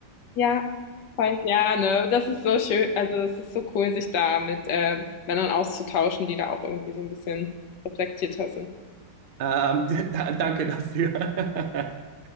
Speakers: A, on the left (about 80°); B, on the right (about 80°).
A: Ja, voll gerne. Das ist so schön, also es ist so cool, sich da mit äh, Männern auszutauschen, die da auch irgendwie so ein bisschen reflektierter sind.
B: Ähm, <laughs> da, danke dafür. <laughs>